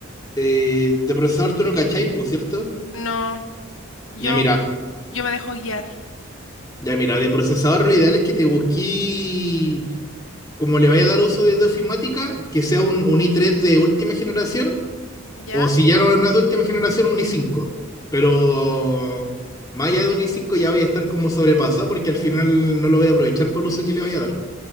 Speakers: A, on the left (about 20°); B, on the left (about 70°).
A: eh, de procesador tú no cacháis, por cierto.
B: No, yo,
A: Ya mira,
B: yo me dejo guiar,
A: ya mira, de procesador lo ideal es que te busqué, como le vaya a dar uso de ofimática, que sea un, un i3 de última generación
B: ¿ya?
A: O si ya no, no es de última generación, un i5. Pero más allá de un i5 ya vaya a estar como sobrepasado porque al final no lo voy a aprovechar por el uso que le vaya a dar.